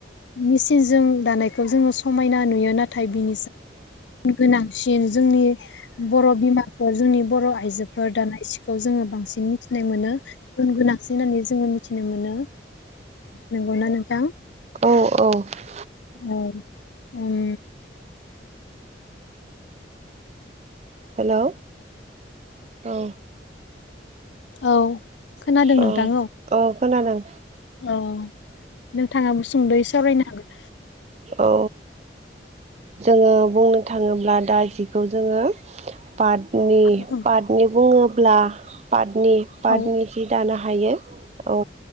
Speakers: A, on the left; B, on the right.
A: मेसिनजों दानायखौ जोङो समायना नुयो। नाथाय थाय गुन गोनां जेन जोंनि बर' बिमाफोर जोंनि बर' आइजोफोर दाना सिखौ जोङो बांसिन मिथिनाय मोनो गुन गोनांसिन होननानै जोङो मिथिनो मोनो। नंगौ ना नोंथां।
B: औ औ
A: औ उम।
B: हेलौ औ।
A: औ। खोनादों नोंथां
B: अ औ। खोनादों।
A: औ। नोंथाङाबो सुंद'यै सावरायनो हागोना?
B: औ जोङो बुंनो थाङोब्ला दा जिखौ जोङो पाटनि
A: हागोन
B: पाटनि बुङोब्ला पाटनि पाटनि
A: औ
B: जि दानो हायो। औ